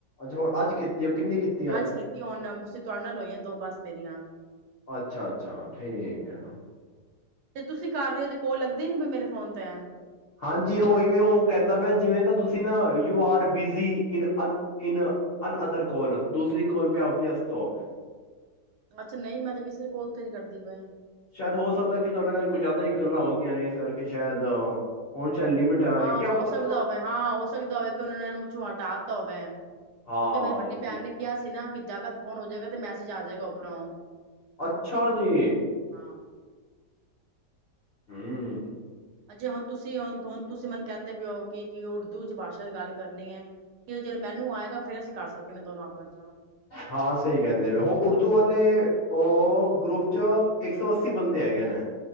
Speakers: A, on the left; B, on the right.
A: ਰ, ਅੱਜ ਕੀਤੀ, ਤੇ ਕਿਉ, ਕਿੰਨੀ ਕੀਤੀ ਅੱਜ?
B: ਕੀਤੀ ਹੁਣ ਤੁਸੀਂ ਤੁਹਾਡੇ ਨਾਲ ਹੋਈਆਂ ਦੋ ਬਸ ਮੇਰੀਆਂ
A: ਅੱਛਾ- ਅੱਛਾ, ਠੀਕ ਆ।
B: ਤੇ, ਤੁਸੀ ਕਰ ਰਹੇ ਹੋ, ਤੇ ਕੌਲ ਲੱਗ ਮੇਰੇ, ਫੋਨ ਤੇ।
A: ਹਾਂਜੀ, ਉਹੀਵੇ ਉਹ ਕਹਦਾ ਮੈਂ ਜਿਵੇਂ ਨਾ ਤੁਸੀਂ ਨਾ, you are busy in, uh in another ਕੋਲ, ਦੂਸਰੀ ਕੌਲ ਮੇ ਆਪ ਵਿਅਸਤ ੳ।
B: ਅੱਛਾ ਨਹੀਂ ਮੈਂ ਤੇ, ਕਿਸੇ ਦੇ ਕੋਲ ਤੇ ਨੀ ਕਰਦ ਦੇ ਬਾ
A: ਸ਼ਾਇਦ ਹੋ ਸਕਦਾ ਕਿ, ਤੁਹਾਡੇ ਨਾਲ ਕੁਝ ਜ਼ਿਆਦਾ ਹੀ ਗੱਲਾਂ ਹੋ ਗਈਆਂ ਨੇ, ਇਸ ਕਰਕੇ ਸ਼ਾਇਦ ਹੁਣ ਸ਼ਾਇਦ ਲਿਮਿਟ ਆ
B: ਹਾਂ,
A: ਰਹੀ ਕਿਆ
B: ਹੋ
A: ਪਤਾ
B: ਸਕਦਾ
A: ਚਲੋ
B: ਹੋਵੇ, ਹਾਂ ਹੋ ਸਕਦਾ ਹੋਵੇ, ਕਿ ਉਹਨਾਂ ਨੇ, ਹਟਾ ਤਵੈਂ ਕਿਉਂਕਿ,
A: ਹਾਂ
B: ਮੇਰੀ ਵੱਡੀ
A: ਜੀ
B: ਭੈਣ ਨੇ ਕਿਹਾ ਸੀ, ਨਾ ਕਿ ਜਿਆਦਾ ਫੋਨ ਹੋ ਜਾਏਗਾ ਤੇ, ਮੈਸੇਜ ਆ ਜਾਏਗਾ ਉੱਪਰੋਂ।
A: ਅੱਛਾ ਜੀ।
B: ਹਾਂ।
A: ਹਮ।
B: ਅਜੇ, ਹੁਣ ਤੁਸੀਂ, ਹੁਣ, ਹੁਣ, ਤੁਸੀਂ ਮਨ ਕਹਿੰਦੇ ਪਓ, ਕਿ ਉਰਦੂ ਚ ਭਾਸ਼ਾ ਚ ਗੱਲ ਕਰਨੀ ਹੈ, ਕਿ ਜਦ ਮੈਨੂੰ ਆਏਗਾ ਫ਼ਿਰ ਅਸੀਂ ਕਰ ਸਕਦੇ ਨੇ ਦੋਨੋਂ ਆਪਸ ਚ
A: ਹਾਂ, ਸਹੀ ਕਹਿੰਦੇ ਵੀ ਉਹ ਉਰਦੂ ਵਾਲ ਲੇ, ਉਹ ਗਰੁੱਪ ਚ, ਇੱਕ ਸੌ ਅੱਸੀ ਬੰਦੇ ਹੈਗੇ ਨੇ।